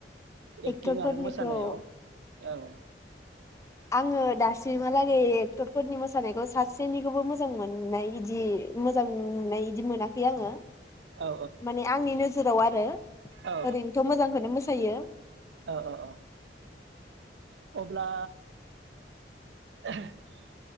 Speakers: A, on the left (about 15°); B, on the right (about 75°).
A: एक्टरफोरनिखौ
B: एक्टिं आरो मोसानायाव औ
A: आङो दासिमहालागै एक्टरफोरनि मोसानायखौ सासेनिखौबो मोजां मोननाय बिदि मोजां मोननाय इदि मोनाखै आङो
B: औ
A: माने आंनि नोजोराव आरो
B: औ
A: ओरैनोथ मोजांखौनो मोसायो
B: औ औ औ। अब्ला। <inaudible>